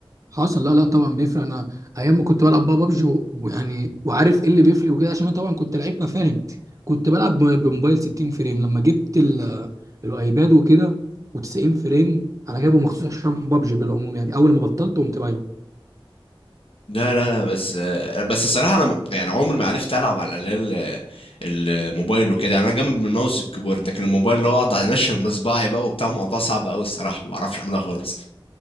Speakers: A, on the right (about 35°); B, on the left (about 80°).
A: حصل لا لا طبعا بيفرق انا ايام ما كنت بلعب بقى بابجي و- ويعني وعارف ايه اللي بيفرق وكده عشان انا طبعا كنت لعيب مفاهم كنت بلعب ب- بموبايل 60 فريم لما جبت ال- الايباد وكده و90 فريم انا جايبه مخصوص عشان بابجي بالعموم يعني اول ما بطلت قمت بايعه
B: لا لا لا بس آه، بس الصراحة انا م- يعني عمري ما عرفت العب على الأقل آه، الموبايل وكده يعني انا جامد بالماوس والكيبورد لكن الموبايل اللي هو اقعد انشن بصباعي بقى وبتاع الموضوع صعب قوي الصراحة ما بعرفش اعملها خالص